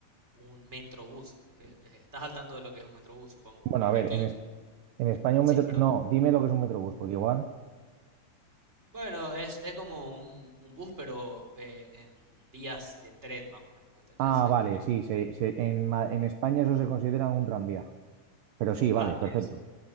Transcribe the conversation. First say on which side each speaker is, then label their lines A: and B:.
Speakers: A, on the right; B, on the right.
A: un metrobús. Eh, eh, Estás al tanto de lo que es un metrobús, supongo.
B: Bueno,
A: Porque
B: a ver,
A: aquí,
B: en, Es- en España un
A: sí,
B: metro...
A: perdón.
B: No, dime lo que es un metrobús, porque igual...
A: Bueno, es, es como un, un bus, pero eh, en vías de tren más o menos, ¿entendés?
B: Ah,
A: Es
B: vale,
A: un me-
B: sí, se- se- en, Ma- en España eso se considera un tranvía. Pero sí, vale,
A: Va,
B: perfecto.
A: es-